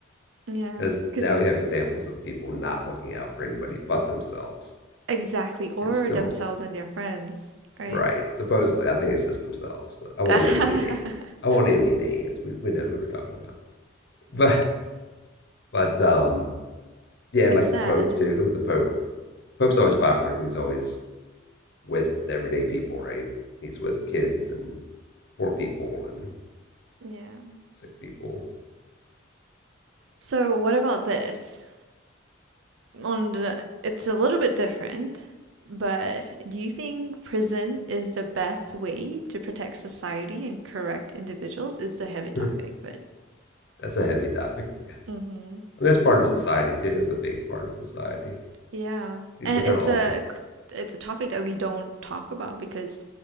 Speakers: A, on the right; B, on the left.
A: Yeah.
B: because
A: 'Cause-
B: now we have examples of people not looking out for anybody but themselves
A: exactly, or
B: and still
A: themselves and their friends,
B: <laughs>
A: right?
B: right supposedly i think it's just themselves but i won't
A: <laughs>
B: name any <laughs> names i won't name any names we, we know who we're talking about <laughs> but
A: Yeah.
B: but um yeah and
A: It's
B: like
A: sad.
B: the pope too look at the pope pope's always popular because he's always with everyday people right he's with kids and poor people and
A: Yeah.
B: sick people
A: So what about this? On the, it's a little bit different, but do you think prison is the best way to protect society and correct individuals? It's a heavy topic,
B: <laughs>
A: but
B: that's a heavy topic yeah
A: hmm
B: I mean, that's part of society too that's a big part of society
A: Yeah.
B: these
A: And
B: are kind
A: it's
B: of all
A: a it's a topic that we don't talk about because,